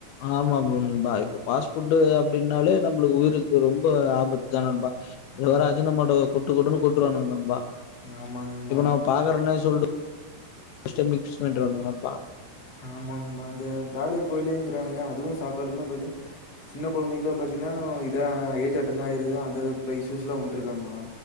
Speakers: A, on the left (about 80°); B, on the left (about 40°).
A: ஆமா ப்ரோ நண்பா இப்ப ஃபாஸ்ட்புட் அப்டின்னாலே நம்ளுக்கு உயிருக்கு ரொம்ப ஆபத்து தான் நண்பா இதுல
B: ம்
A: வேற அஜினமோட்டொ கொட்டு கொட்டுனு கொட்ரானுக நண்பா
B: ஆமா நண்பா
A: இப்ப நா பாக்றேனெ சொல்டு <unintelligible> <unintelligible> பண்றா ஒரு நெனப்பா ந
B: ஆமா நண்பா அந்த பிராய்லர் கோழிங்றானுங்க அதுவு சாப்டாலுமே பாத்தினா சின்ன கொழந்தையில பாத்தினா இதா ஏஜ் அட்டர்ன் ஆயிருது அந்த இஸ்யூஸ்லாம் வந்துருக்காமா